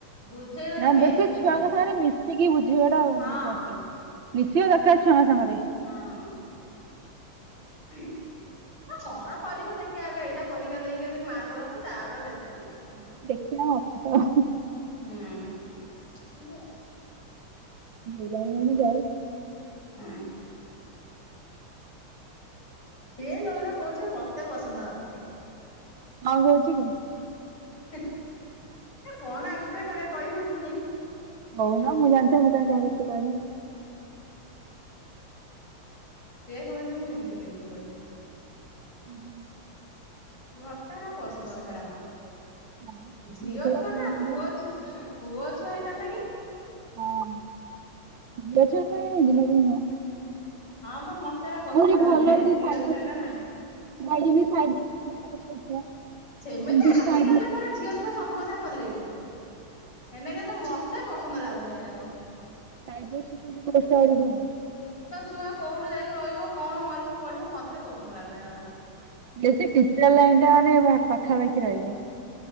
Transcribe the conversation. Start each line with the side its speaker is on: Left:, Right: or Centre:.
Left: ବୁଝେଇବାଟା
Right: ନା
Left: ମେନ୍
Right: ବେଶୀ
Left: ଜାଣିଛୁ
Right: ଛୁଆଙ୍କ
Left: ନା
Right: ସାଙ୍ଗରେ ମିଶିକି ବୁଝେଇବା ଟା
Left: ହଁ।
Right: କଷ୍ଟ ମିଶିବା ଦରକାର ଛୁଆଙ୍କ ସାଙ୍ଗରେ।
Left: ହଁ <unintelligible> ହଁ କଣ କରିବ ଦେଖି ଆଗେ ଏଇଟା ପରୀକ୍ଷା ଦେଇକି ଆଗେ ମାର୍କ ରଖୁ ତାପରେ ଦେଖାଯିବ।
Right: ହଁ ଦେଖିନା ଅଛୁ ତ।
Left: ହୁଁ <unintelligible>
Right: <unintelligible> ଯାଉ
Left: ହୁଁ ସିଏ ଯୋଉଡା କବୁଛି ମତେ ପସନ୍ଦ ଆଗୁନି।
Right: କ କହୁଛି କି?
Left: <unintelligible> ଏ କଣ ଆଗତରେ ଖାଲେ କହିବୁ ହୁଁ,
Right: ହଉ ନା ମୁଁ ଜାଣିଥିବ ମୁଁ କହିଁ କାହା କିଛି କହିନି
Left: ସେ କହୁଛି ମୁଁ ଇଞ୍ଜିନିୟରିଂ ପଢି଼ବି।
Right: ହୁଁ-ହୁଁ,
Left: ମତେ ହେଗୁରାକ ପସନ୍ଦ ନୁହେଁ ଏଗୁରାକା
Right: ନାଇଁ
Left: ଝିଅଛୁଆ
Right: ଝିଅ ଛଡା କାଇଁ
Left: ନା
Right: କିନ୍ତୁ
Left: ପୁଅଛୁ ହୁଁ। ପୁଅ ଛୁଆ ହେଇଥାନ୍ତା କି?
Right: ହଁ ଝିଅ ଛୁଆଙ୍କ ପାଇଁ ଇଞ୍ଜିନିୟରିଂ ନୁହଁ।
Left: ହଁ ବା <unintelligible>
Right: ଆହୁରି
Left: ଲାଗୁନି
Right: ଭଲ
Left: ଝିଅ
Right: ଭାଇ
Left: ଛୁଆ ଟା ନା
Right: <unintelligible>
Left: ସେମିତି
Right: ବି
Left: ଆଜିକାଲି
Right: ସାଇବର ହୁଁ।
Left: ତ ତାର ଝିଅ ଛୁଆ ସବୁ କଥା କଲେଣି। ହେନା କିନ୍ତୁ ମ ତ ପସନ୍ଦ ଲାଗୁନି ହେଗଡ଼କ।
Right: ସାଇବର ସିକ୍ୟୁରିଟି କୋର୍ସ ଟା ଆହୁରି ଭଲ।
Left: ଛୁଆ କୋଉଠୁ ଯାଇକି ରହିବ କଣ କରିବ ପଢିବ ମତେ ପସନ୍ଦ ଲାଗୁନି ଜମ।
Right: ବେସି ଟିଚର ଲାଇନ୍ ଟା ମାନେ ପାଖାପାଖି ରହନି।